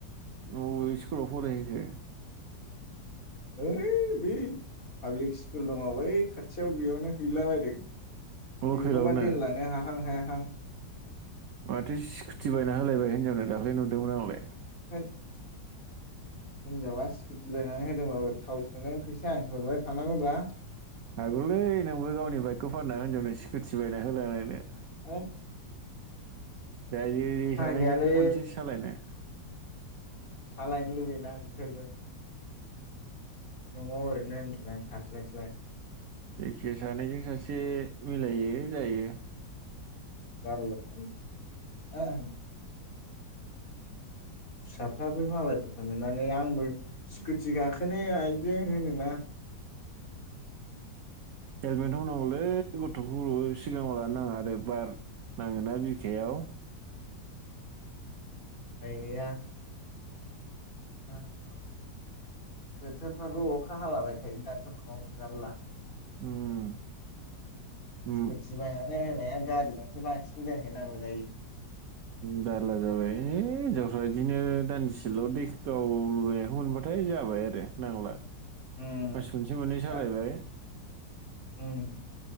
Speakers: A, on the right (about 60°); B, on the left (about 50°).
A: बबे स्कुलाव फरायहैखो?
B: हैओइ बे पाब्लिक स्कुल दंङ बै खाथियाव बेयावनो हैला बायदों।
A: लकेलावनो
B: बेखौ मा दोनलांनो हाहां हायाहां?
A: माथो स्कुटि बायना होलायबाय हिनजावनो दाख्लै नुदोंमोन आंलाय?
B: आ हिनजावा स्कुटि बायनानै होदोंबाबो थाव सोंनो फैयसा आं सो हरबाय थानांगौव रा।
A: हागौलै नोंबो गावनि बाइकखौ फानना हिनजावनो स्कुटि बायना होलायनो?
B: द
A: जायो सानैजों
B: गैयालै
A: खनसे सालायनाय
B: सालायनो लुबैना बिसोरबो न'आव ओरैनो उन्दुनानै थास्लायस्लाय
A: जायखिया सानैजों सासे मिलायो जायो।
B: बारल थ' फिसाफ्राबो मालायफोरखौ नुनानै आंबो स्कुटि गाखोनोआइजों होनोना
A: हेलमेटाव नांगौलै गथ'खौ सिगांङाव लानो नांङा। आरो बार नांङोना बिखायाव
B: गायनायया खालाम बोथोरफ्राबो अखा हालाबाय थायो दाथखाव नुजारला
A: उम उम
B: स्कुटि बायनानै होनाया गारिजोंसो बांसिन दोनहैनांगौ जायो।
A: बारला जाबाय हिनजावफ्रा बिदिनो दान्दिसेल' दै गाव लुबैनायखौ मोनबाथ'। नाथाय जाबाय आरो नांला।
B: उम
A: मास मोनसे मोननै सालायबाय
B: दा उम